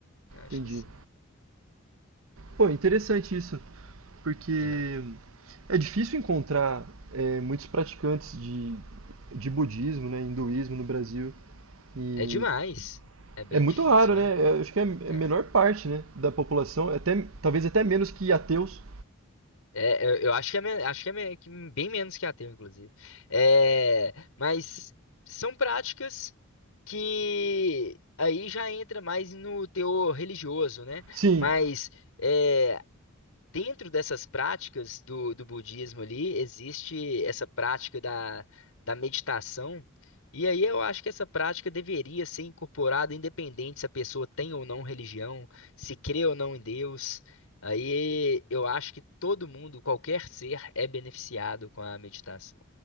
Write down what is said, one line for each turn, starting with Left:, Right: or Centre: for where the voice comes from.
Left: Eu acho
Right: entendi.
Left: que sim.
Right: Pô, interessante isso. Porque
Left: É,
Right: é difícil encontrar eh, muitos praticantes de, de budismo, né, hinduísmo no Brasil. E
Left: é demais. É bem
Right: é muito
Left: difícil,
Right: raro, né?
Left: é.
Right: Eu acho que é é
Left: é.
Right: a menor parte, né, da população, É até, talvez até menos que ateus.
Left: É, eu, eu acho que é, men- acho que é men- que bem menos que ateu, inclusive. É, mas são práticas que aí já entra mais no teor religioso, né?
Right: Sim,
Left: Mas é, dentro dessas práticas do, do budismo ali, existe essa prática da, da meditação. E aí eu acho que essa prática deveria ser incorporada, independente se a pessoa tem ou não religião, se crê ou não em Deus. Aí eu acho que todo mundo, qualquer ser, é beneficiado com a meditação.